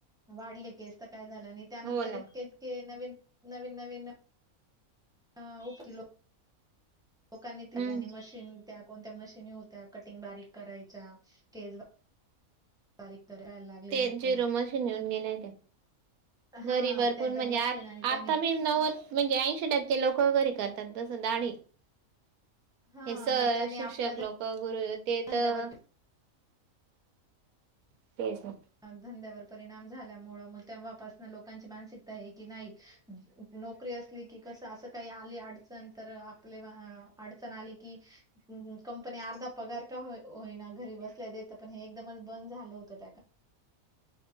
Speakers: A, in the centre; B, on the right.
A: वाढले केस तर काय झालं आणि त्यानंतर
B: हो ना
A: इतके. के नवीन नवीन नवीन न. अ <unintelligible> लोकांनी ते
B: हम्म
A: त्यानी मशीन त्या कोणत्या मशीनी होत्या कटिंग बारीक करायच्या केस. बारीक करायला लागले
B: ते
A: लोक.
B: झिरो मशीन येऊन गेल्यात्यात.
A: हा
B: घरी भरपूर
A: त्या
B: म्हणे
A: मशीन
B: आ
A: आणि त्यानी
B: आता बी नवच म्हणजे ऐंशी टक्के लोकं घरी करतात तसं दाडी.
A: हा
B: हे सर
A: मग त्यानी
B: शिक्षक
A: आपल्या
B: लोकं गुरु ते
A: धंद्यावर
B: तर <unintelligible>
A: धंद्यावर परिणाम झाल्यामुळं
B: आपल्या
A: मग तेव्हापासनं
B: धंद्यावर
A: लोकांची मानसिकता
B: परिणाम झाल्यामुळं
A: आहे की नाही
B: मग तेव्हापासून लोकांची
A: नोकरी
B: मानसिकता
A: असली
B: आहे
A: की
B: नाही
A: कसं असं काही आली अडचण
B: नोकरी असली
A: तर
B: की
A: आपले
B: कसं असं
A: अडचण
B: काही आले
A: आली की
B: तर आपले
A: कंपनी
B: अडचण
A: अर्धा पगार का हो होईना घरी
B: कंपनी
A: बसल्या
B: अर्धा
A: देतं, पण हे एकदमच बंद झालं होतं त्या का